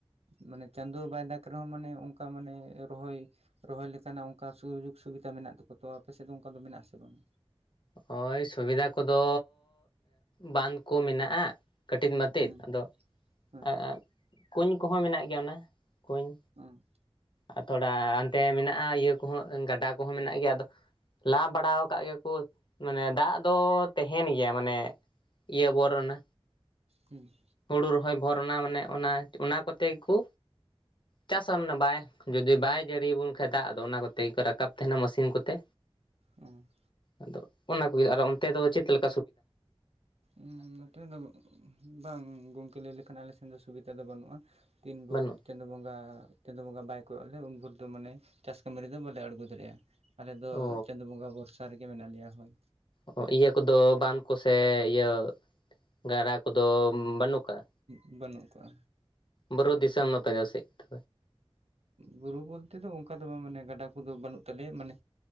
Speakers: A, on the right; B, on the left.
A: ᱢᱟᱱᱮ ᱪᱟᱸᱫᱚ ᱵᱟᱭ ᱡᱫᱟᱜᱽ ᱨᱮᱦᱚᱸ ᱢᱟᱱᱮ ᱚᱱᱠᱟ ᱢᱟᱱᱮ ᱨᱚᱦᱚᱭᱼᱼ ᱨᱚᱦᱚᱭ ᱞᱮᱠᱟᱱᱟᱜ ᱚᱱᱠᱟ ᱥᱩ-ᱡᱳᱜᱽ ᱥᱩᱵᱤᱫᱷᱟ ᱢᱮᱱᱟᱜ ᱛᱟᱠᱚ ᱛᱚ ᱟᱯᱮ ᱥᱮᱫ ᱫᱚ ᱚᱱᱠᱟ ᱫᱚ ᱢᱮᱱᱟᱜ ᱟᱥᱮ ᱵᱟᱝ?
B: ᱦᱳᱭ ᱥᱩᱵᱤᱫᱷᱟ ᱠᱚᱫᱚ ᱵᱟᱸᱝ ᱠᱚ ᱢᱮᱱᱟᱜ-ᱟ᱾ ᱠᱟᱹᱴᱤᱡ ᱢᱟᱛᱮᱫ
A: ᱦᱩᱸ
B: ᱟᱫᱚ
A: ᱦᱩᱸ
B: ᱮᱸ ᱠᱩᱸᱧ ᱠᱚᱦᱚᱸ ᱢᱮᱱᱟᱜ ᱜᱮᱭᱟ ᱚᱱᱟ ᱠᱩᱸᱧ,
A: ᱩᱸ
B: ᱟᱨ ᱛᱷᱚᱲᱟ ᱚᱱᱛᱮ ᱢᱮᱱᱟᱜ-ᱟ ᱤᱭᱟᱹ ᱠᱚᱦᱚᱸ ᱜᱟᱰᱟ ᱠᱚᱦᱚᱸ ᱢᱮᱱᱟᱜ ᱜᱮᱭᱟ, ᱟᱫᱚᱼᱼ ᱞᱟ ᱵᱟᱲᱟᱣ ᱵᱟᱠᱟᱣ ᱠᱟᱜ -ᱜᱮᱠᱚ ᱢᱟᱱᱮ ᱫᱟᱜ ᱫᱚ ᱛᱟᱦᱮᱸᱱ ᱜᱮᱭᱟ, ᱢᱟᱱᱮᱼᱼ ᱤᱭᱟᱹ ᱵᱚᱨᱚᱱᱟ,
A: ᱦᱩᱸ
B: ᱦᱩᱲᱩ ᱨᱚᱦᱚᱭ ᱵᱷᱚᱨᱱᱟ ᱚᱱᱟ ᱢᱟᱱᱮ ᱚᱱᱟ ᱠᱚᱛᱮ ᱜᱮᱠᱚ ᱪᱟᱥᱟ ᱢᱟᱱᱮ ᱵᱟᱭᱼᱼ ᱡᱩᱫᱤ ᱵᱟᱭ ᱡᱟᱹᱲᱤᱭᱟᱵᱚᱱ ᱠᱷᱟᱡ ᱫᱟᱜ ᱫᱚ ᱚᱱᱟ ᱠᱚᱛᱮ ᱜᱮᱠᱚ ᱨᱟᱠᱟᱵ ᱛᱟᱦᱮᱸᱱᱟ ᱢᱮᱥᱤᱱ ᱠᱚᱛᱮ,
A: ᱚᱸ
B: ᱟᱫᱚ ᱚᱱᱟ ᱠᱚᱜᱮ ᱚᱱᱛᱮ ᱫᱚ ᱪᱮᱫ ᱞᱮᱠᱼᱼ
A: ᱩᱸ ᱱᱚᱛᱮ ᱫᱚᱼᱼ ᱵᱟᱝ ᱜᱚᱝᱠᱮ ᱞᱟᱹᱭ ᱞᱮᱠᱷᱟᱱ ᱟᱞᱮ ᱥᱮᱱ ᱫᱚ ᱥᱩᱵᱤᱫᱟ ᱫᱚ ᱵᱟᱹᱱᱩᱜ-ᱟ, ᱛᱤᱱ ᱵᱷᱳᱨᱼᱼ
B: ᱵᱟᱹᱱᱩᱜ
A: ᱪᱟᱸᱫᱳ ᱵᱚᱸᱜᱟ-ᱪᱟᱸᱫᱳ ᱵᱚᱸᱜᱟ ᱵᱟᱭ ᱠᱚᱭᱚᱜ ᱞᱮ ᱩᱱ ᱵᱷᱳᱨ ᱫᱚ ᱢᱟᱱᱮ ᱪᱟᱥ ᱠᱟᱹᱢᱤ ᱨᱮᱫᱚ ᱵᱟᱞᱮ ᱟᱬᱜᱚᱱᱟ ᱫᱟᱲᱮᱭᱟᱜ-ᱟ, ᱟᱞᱮ ᱫᱚ
B: ᱚ
A: ᱪᱟᱸᱫᱳ ᱵᱚᱸᱜᱟ ᱵᱷᱚᱨᱥᱟ ᱨᱮᱜᱮ ᱢᱮᱱᱟᱜ ᱞᱮᱭᱟ᱾ ᱦᱳᱭᱼᱼ
B: ᱦᱚᱸ ᱤᱭᱟᱹ ᱠᱚᱫᱚ ᱵᱟᱸᱫᱷ ᱠᱚᱥᱮ ᱤᱭᱟᱹ ᱜᱟᱰᱟ ᱠᱚᱫᱚ ᱵᱟᱹᱱᱩᱜ ᱠᱟᱜ-ᱟ?
A: ᱩᱸ ᱵᱟᱹᱱᱩᱜ ᱠᱟᱜ-ᱟ᱾
B: ᱵᱟᱨᱩ ᱫᱤᱥᱚᱢ ᱟᱯᱮ ᱫᱚ ᱥᱮᱫ ᱠᱟᱼᱼ
A: ᱵᱩᱨᱩ ᱵᱚᱞᱛᱮ ᱫᱚ ᱚᱱᱠᱟ ᱫᱚ ᱵᱟᱝ ᱢᱟᱱᱮ ᱜᱟᱰᱟ ᱠᱚᱫᱚ ᱵᱟᱹᱱᱩᱜ ᱛᱟᱞᱮᱭᱟ, ᱢᱟᱱᱮᱼᱼ